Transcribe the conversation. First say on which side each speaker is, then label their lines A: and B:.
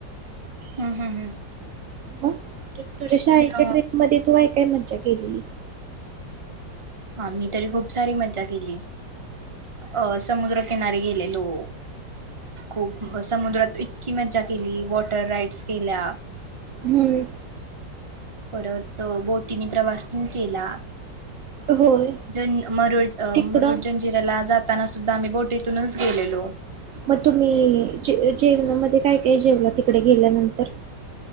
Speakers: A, on the right; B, on the right.
A: हम् हम् हम्
B: मग तुझ्या शाळेच्या
A: अ,
B: ट्रिप मध्ये तू आहे काय मज्जा केलीस.
A: आम्ही तरी खूप सारी मज्जा केली. अ समुद्रकिनारी गेलेलो, खूप समुद्रात इतकी मज्जा केली वॉटर राईड्स केल्या,
B: हम्म
A: परत बोटीनी प्रवास पण केला.
B: होय
A: ज मरुड अ
B: तिकडं
A: मुरुड जंजिराला जात ताना सुद्धा आम्ही बोटीतूनच गेलेलो.
B: मग तुम्ही जेवणामध्ये काय काय जेवला तिकडे गेल्यानंतर.